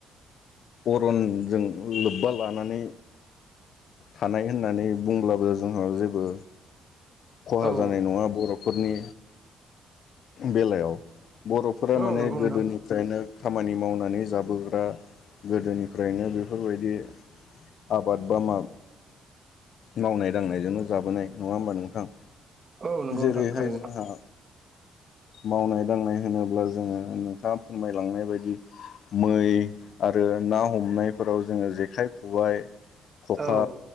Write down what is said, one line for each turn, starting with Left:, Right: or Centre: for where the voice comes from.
Left: अरनजों लोब्बा लानानै थानाय होननानै बुंब्लाबो जोंहा जे जेबो खहा
Right: औ
Left: जानाय नङा बर' फोरनि बेलायाव बर'फोरा
Right: औ
Left: माने
Right: नंगौ नोंथां
Left: गोदोनि निफ्रायनो खामानि मावनानै जाबोग्रा गोदोनिफ्रायनो बेफोरबायदि आबाद बा मा मावनाय दांनायजोंनो जाबोनाय नङा होमबा नोंथां
Right: औ नंगौ
Left: जेरैहाय
Right: नोंथां थारैनो
Left: जोंहा मावनाय दांनाय होनोब्ला जोङो नोंथाङा फोरमायलांनाय बायदि मै आरो ना हमनायफोराव जोङो जेखाइ खबाइ खखा
Right: औ